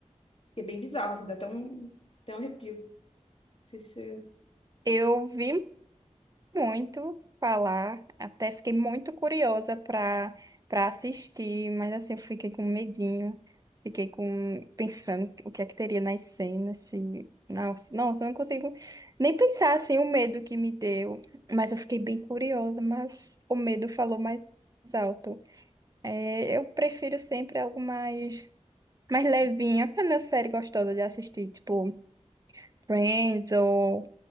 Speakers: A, on the left; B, on the right.
A: que é bem bizarro, assim, dá até um, até um arrepio. Não sei se
B: Eu vi muito falar, até fiquei muito curiosa para para assistir, mas assim, eu fiquei com medinho. Fiquei com pensando o que é que teria nas cenas, se... Nossa, nossa, eu não consigo nem pensar assim o medo que me deu, mas eu fiquei bem curiosa, mas o medo falou mais alto. É, eu prefiro sempre algo mais mais levinha, aquela série gostosa de assistir, tipo Friends ou